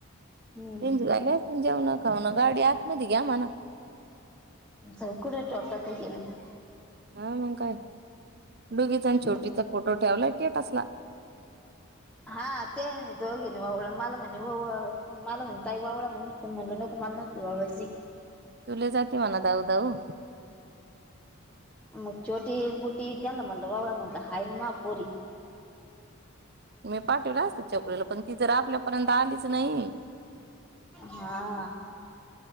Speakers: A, in the centre; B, on the right.
A: हम्म
B: त्यांचं झालं असेल जेवण-खावण, गाडी आतमध्ये घ्या म्हणा
A: स कुड टोपला काय नी <inaudible> <unintelligible>
B: हा मग काय? डुगीचा आणि
A: आपलं
B: छोटीचा फोटो ठेवलाय स्टेटसला
A: हा तेनी दोघीनी ओवळल मला मणी ओवळ. मला म्हणे ताई ववाळ म्हणे पण म्हणल नको मला नव्हतं वावळायची
B: तु लय जाती म्हणा धाऊ धाऊ
A: मग छोटी, बुटी तेनला म्हणल ववाळा म्हणलं हाय ना माझ्या पोरी
B: मी पाठविलं असत छकुलीला पण ती जर आपल्यापर्यंत आलीच नाही.
A: हा